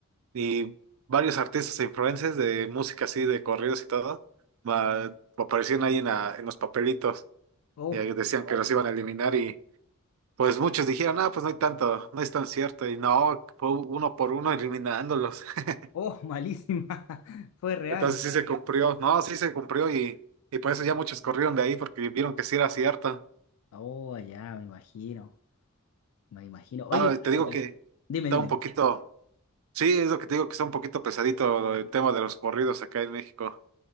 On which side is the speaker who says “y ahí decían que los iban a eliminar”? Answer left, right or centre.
Right